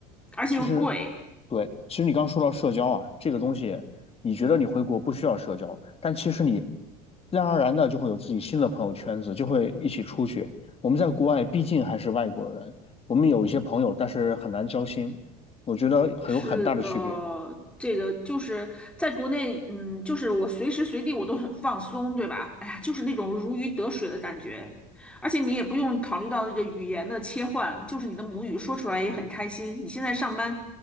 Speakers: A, in the centre; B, on the left.
A: 而且又贵。
B: 其实，对，其实你刚说到社交啊，这个东西，你觉得你回国不需要社交，但其实你自然而然的就会有自己新的朋友圈子，就会一起出去。我们在国外毕竟还是外国人，我们有一些朋友，但是很难交心，我觉得很有很大的区别。
A: 是的，这个就是在国内，嗯，就是我随时随地我都很放松，对吧？哎呀，就是那种如鱼得水的感觉，而且你也不用考虑到这个语言的切换，就是你的母语说出来也很开心。你现在上班